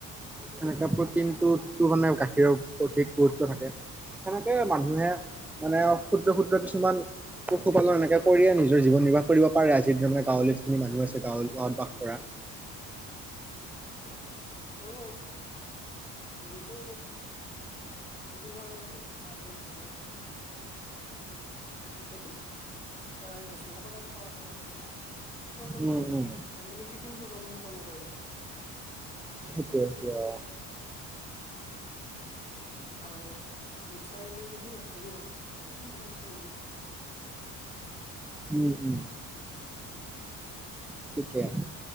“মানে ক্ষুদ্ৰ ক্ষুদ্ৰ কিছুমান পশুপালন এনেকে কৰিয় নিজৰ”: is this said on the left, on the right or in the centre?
Centre